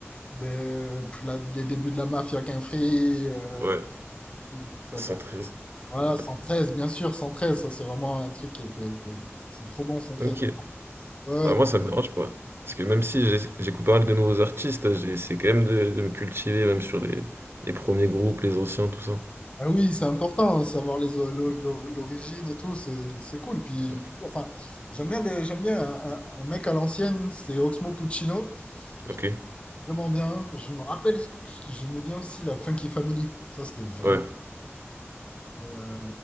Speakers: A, on the left; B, on the right.
A: des, euh, la- les débuts de la mafia Quinfri. Euh,
B: ouais,
A: tout- quoi
B: 113.
A: d'autre. voilà,
B: Hop.
A: 113, bien sûr, 113. Ça, c'est vraiment un truc qui était... qui- C'est trop bon, 113.
B: Ok.
A: Ouais,
B: Bah
A: ouais,
B: moi ça me dérange pas. Parce que même si j'ai- j'écoute pas mal de nouveaux artistes, j'ai essayé quand même de, de me cultiver, même sur les, les premiers groupes, les anciens, tout ça.
A: Ah oui, c'est important, savoir les o- l'o- l'o- l'origine et tout, c'est c'est cool. Puis,
B: Ouais.
A: enfin, j'aime bien, des- j'aime bien un, un- un mec à l'ancienne, c'est Oxmo Puccino. J'aime
B: Ok.
A: Vraiment bien. Je me rappelle, que j'aimais bien aussi la Funky Family. Ça, c'était vraiment.
B: Ouais.
A: euh,